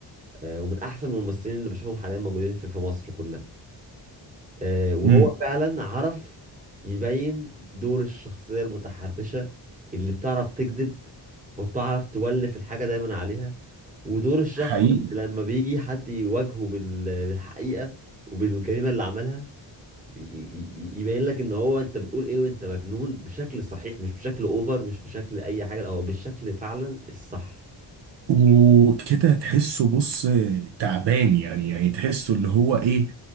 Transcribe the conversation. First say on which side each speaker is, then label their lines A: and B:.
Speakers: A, on the right; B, on the right.
A: آه، ومن احسن الممثلين اللي بشوفهم حاليا موجودين في في مصر كلها آه، وهو
B: امم
A: فعلا عرف يبين دور الشخصية المتحرشة اللي بتعرف تكذب وبتعرف تولف الحاجة دايما عليها ودور الشخص
B: حقيقي
A: لما بيجي حد يواجهه بال- بالحقيقة وبالجريمة اللي عملها ي- ي- يبين لك ان هو انت بتقول ايه وانت مجنون بشكل صحيح مش بشكل اوفر مش بشكل اي حاجة لا هو بالشكل فعلا الصح
B: وكده تحسه بص تعبان يعني يعني تحسه اللي هو ايه